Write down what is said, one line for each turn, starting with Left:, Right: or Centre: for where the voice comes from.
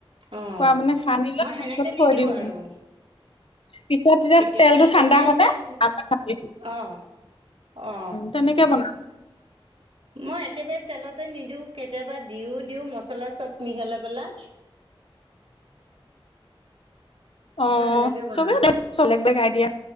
Right: অ
Left: খোৱা মানে খান ল
Right: মই
Left: তাৰপিছত
Right: সেনেকে
Left: থৈ
Right: নিদিওঁ
Left: দিওঁ
Right: আৰু
Left: পিছত এতিয়া
Right: কেতিয়াবা
Left: তেলটো
Right: একেবাৰে
Left: ঠাণ্ডা হতে
Right: তেল
Left: <unintelligible>
Right: অ অ
Left: তেনেকে বনাম
Right: মই একেবাৰে তেলতে নিদিও কেতিয়াবা দিও দিও মছলা চব মিহলাই পেলা
Left: অ
Right: এ সেনেকে বনাও
Left: চবেই চলে বেগ আইডিয়া